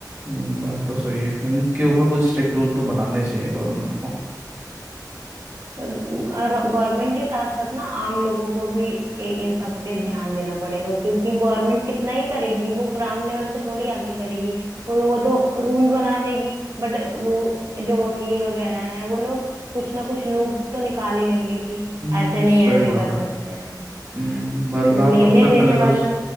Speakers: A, on the right; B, on the right.
A: हम्म, बात तो सही है इनके ऊपर कुछ स्ट्रिक्ट रूल तो बनाने चाहिए गवर्नमेंट को
B: गवर्नमेंट के साथ साथ ना आम लोगों को भी इ- इन सब पे ध्यान देना पड़ेगा क्योंकि गवर्नमेंट कितना ही करेगी वो ग्राउंड लेवल पे थोड़ी आके करेगी वो वो तो रूल बना देगी बट रूल जो वकील वगैरह हैं वो लोग कुछ ना कुछ लूप तो निकाल ही लेंगे कि
A: हम्म
B: ऐसे नहीं
A: सही
B: ऐसे
A: बात
B: कर
A: है
B: सकते हैं
A: हम्म बदलाव
B: तो लेने
A: सबसे पहले
B: देने
A: तो
B: वाले